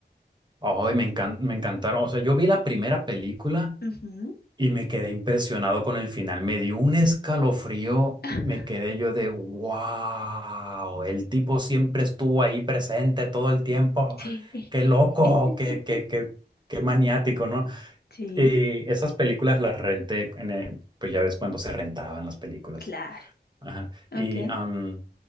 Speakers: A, on the right; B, on the left.
A: ay, me encan- me encantaron. O sea, yo vi la primera película
B: Ujú.
A: y me quedé impresionado con el final. Me dio un escalofrío.
B: <laughs>
A: Me quedé yo de wow, el tipo siempre estuvo ahí presente todo el tiempo.
B: Sí.
A: Qué loco,
B: <laughs>
A: qué, qué, qué, qué maniático, ¿no?
B: Sí,
A: Y esas películas las renté, en, eh, pues ya ves cuando se rentaban las películas.
B: claro.
A: Ajá.
B: Ok.
A: Y am,